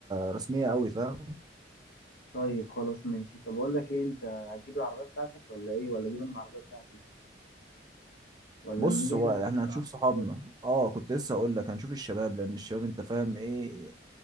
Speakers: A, on the right; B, on the left.
A: رسميه قوي فاهم
B: طيب خلاص ماشي طب اقول لك ايه انت هتجيب العربية بتاعتك ولا ايه ولا اجيب انا العربية بتاعتي ولا
A: بص
B: نيجي
A: هو
B: احنا الاثنين
A: احنا
B: بالعربيات
A: هنشوف صحابنا اه كنت لسه اقول لك هنشوف الشباب لان الشباب انت فاهم ايه